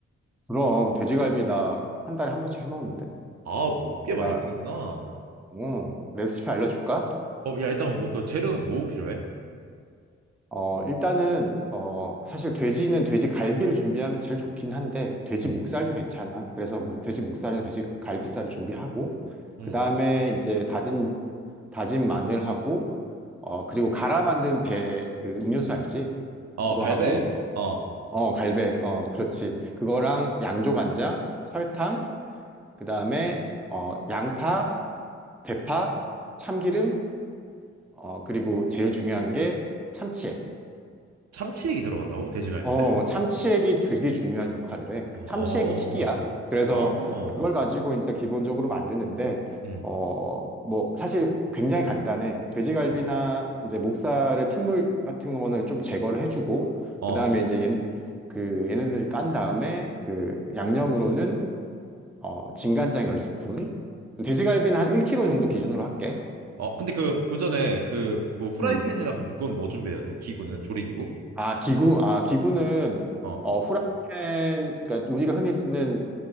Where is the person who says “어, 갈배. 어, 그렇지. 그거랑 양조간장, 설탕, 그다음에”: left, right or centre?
Centre